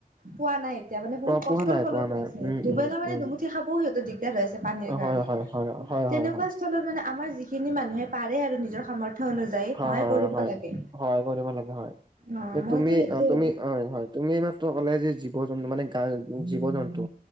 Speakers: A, on the right; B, on the right.
A: পোৱা নাই, এতিয়া মানে বহুত
B: অ
A: কষ্টৰ
B: পোৱা নাই
A: ফলত
B: পোৱা
A: পাইছে,
B: নাই উম
A: দুবেলা
B: উম
A: মানে
B: উম
A: দুমুঠি খাবও সিহ দিগদাৰ হৈছে পানীৰ কাৰণে,
B: হয় হয় হয় হয়
A: তেনেকুৱা
B: হয় হয়
A: অঞ্চলত মানে আমাৰ যিখিনি মানুহে পাৰে আৰু নিজৰ সামৰ্থ্য অনুযায়ী,
B: হয়
A: সহায়
B: হয়
A: কৰিব
B: হয়,
A: লাগে
B: সহায় কৰিব লাগে হয়,
A: অ মইতো
B: তুমি,
A: সেইটোয়ে
B: অ', তুমি, হয় হয়, তুমি মাত্ৰ ক'লা যে জীৱ জন্তু, মানে গা জীৱ জন্তু